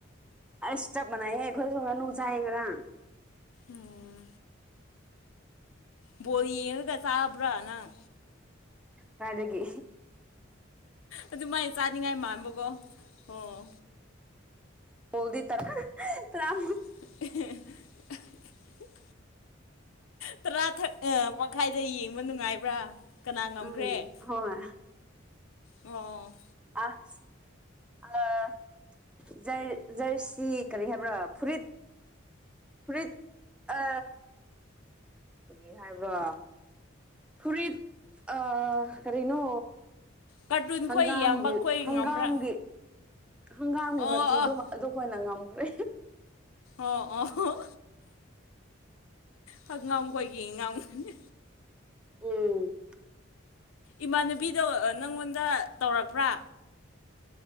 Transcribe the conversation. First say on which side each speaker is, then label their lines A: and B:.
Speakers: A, in the centre; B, on the left (about 85°).
A: ꯑꯁ ꯆꯠꯄꯅ ꯑꯦꯦ ꯈꯣꯏ ꯁꯨꯝꯅꯨ ꯆꯥꯏ ꯈ꯭ꯔ
B: ꯑꯣꯝ ꯕꯣꯣꯔ ꯌꯦꯡꯉꯒ ꯆꯥꯕ꯭ꯔꯥ ꯅꯪ
A: ꯃꯒꯤ
B: ꯑꯗꯨ ꯃꯥꯏ ꯆꯥꯅꯤꯡꯉꯥꯏ ꯃꯥꯟꯕꯀꯣ ꯑꯣ
A: ꯍꯣꯜꯗꯤ ꯇꯔꯥ ꯇꯔꯥ
B: <unintelligible> ꯇꯔꯥꯛ ꯃꯈꯥꯏꯗ ꯌꯦꯡꯕ ꯅꯨꯡꯉꯥꯏꯕ꯭ꯔꯥ ꯀꯅꯥ ꯉꯝꯈ꯭ꯔꯦ
A: ꯎꯝ ꯍꯣꯏ
B: ꯑꯣ
A: ꯑꯁ ꯑ ꯖꯔ ꯖꯔꯁꯤ ꯀꯔꯤ ꯍꯥꯏꯕ꯭ꯔꯥ ꯐꯨꯔꯤꯠ ꯐꯨꯔꯤꯠ ꯑ ꯀꯔꯤ ꯍꯥꯏꯕ꯭ꯔꯥ ꯐꯨꯔꯤꯠ ꯑ ꯀꯔꯤꯅꯣ
B: ꯀꯥꯔꯇꯨꯟ
A: ꯍꯪꯒꯥꯝꯒꯤ
B: ꯈꯣꯏ ꯌꯥꯝꯕ ꯈꯣꯏ
A: ꯍꯪꯒꯥꯝꯒꯤ
B: ꯉꯝꯕ꯭ꯔꯥ
A: ꯍꯪꯒꯥꯝꯒꯤ
B: ꯑꯣ
A: ꯃꯆꯨꯗꯣ
B: ꯑꯣ
A: ꯑꯗꯨ ꯑꯩꯈꯣꯏꯅ ꯉꯝꯈ꯭ꯔꯦ
B: ꯑꯣ ꯑꯣ ꯍꯝꯒꯝꯀꯣꯏꯒꯤ ꯉꯝꯒꯅꯤ
A: ꯑꯣ
B: ꯏꯃꯥꯟꯅꯕꯤꯗꯣ ꯅꯪꯉꯣꯟꯗ ꯇꯧꯔꯛꯄ꯭ꯔꯥ